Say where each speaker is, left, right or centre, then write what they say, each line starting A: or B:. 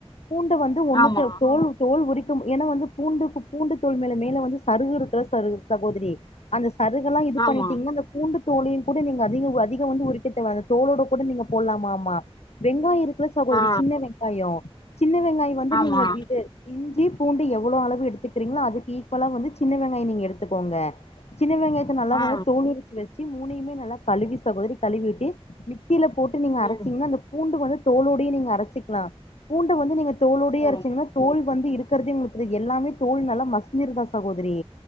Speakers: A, on the left; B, on the left.
A: பூண்ட வந்து ஒண்ணுக்கு
B: ஆமா
A: தோல் தோல் உரிக்கு ஏனா வந்து பூண்டுக்கு பூண்டு தோல் மேல மேல வந்து சருகிருக்கில்ல ச சகோதிரி அந்த சறுகள்லா இது
B: ஆமா
A: பண்ணிட்டீங்னா அந்த பூண்டு தோலி கூட நீங்க அதிக அதிகோ வந்து உரிக்க தேவ அந்த தோலோட கூட நீங்க போட்லாமாமா வெங்காய இருக்குல சகோதரி
B: ஆ
A: சின்ன வெங்காயோ சின்ன வெங்காயொ வந்து
B: ஆமா
A: நீங்க இது இஞ்சி பூண்டு எவ்ளோ அளவு எடுத்துகிறீங்ளோ அதுக்கு ஈக்வலா வந்து சின்ன வெங்காயொ நீங்க எடுத்துகோங்க சின்ன வெங்காயத்த நல்லா
B: ஆ
A: வந்து தோலுரிச்சி வச்சி மூணயுமே நல்லா கழிவி சகோதரி கழிவிட்டு மிக்சில போட்டு நீங்க
B: ம்
A: அரச்சீங்னா அந்த பூண்டு வந்து தோலோடயெ நீங்க அரச்சிக்லா பூண்ட வந்து நீங்க தோலோடையே
B: ஓ
A: அரச்சிங்னா தோல் வந்து இருக் றதே உங்ளுக் தெரியாத் எல்லாமே தோல் நல்லா மசிஞ்ஜிருதா சகோதரி